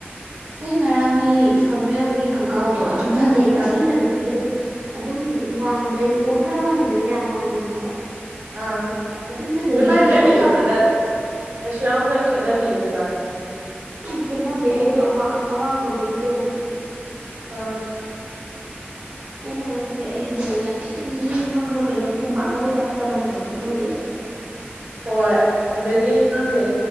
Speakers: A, on the right (about 70°); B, on the right (about 80°).
A: ꯑꯩ ꯉꯔꯥꯡꯒꯤ ꯐꯣꯔꯃꯦꯜꯒꯤ ꯈꯣꯡꯒ꯭ꯔꯥꯎꯗꯣ ꯑꯗꯨꯝ ꯐꯖꯩꯕ
B: ꯑ
A: ꯑꯁꯦꯡꯕꯗꯗꯤ ꯑꯩꯗꯣ ꯑꯗꯨꯝ ꯋꯥꯡꯕꯩ ꯈꯔ ꯋꯥꯡꯉꯤꯗꯅ ꯌꯥꯝ ꯋꯥꯡꯗꯕꯁꯨ
B: ꯑꯥ
A: ꯑꯗꯨꯝ ꯐꯖꯒꯤꯗꯣ
B: ꯅꯣꯏꯕꯥꯅꯤ
A: ꯐꯣꯇꯣꯗꯗꯤ
B: ꯂꯦꯞꯃꯤꯟꯅꯕꯗ ꯀꯩꯁꯨ ꯌꯥꯝꯅ ꯈꯦꯠꯅꯗ ꯅꯣꯏꯕꯥꯅꯤ
A: ꯈꯦꯠꯅꯗꯦ ꯑꯩꯗꯣ ꯑꯋꯥꯡꯕꯕꯨꯗꯤ ꯇꯣꯡꯉꯦꯗꯣ
B: ꯑꯥ
A: ꯑꯩꯅ ꯍꯧꯁꯦ ꯑꯩꯗꯣ ꯌꯥꯝ ꯊꯤꯅ ꯅꯦꯝꯃꯒ ꯀꯩꯅꯣ ꯐꯨꯝꯕꯥꯥꯛꯅꯕꯩ ꯇꯥꯏꯞꯇ ꯇꯕ ꯍꯥꯏꯕ ꯐꯣꯇꯣꯗꯨꯗ
B: ꯍꯣꯏ ꯑꯗꯒꯤ ꯈꯪꯗꯦ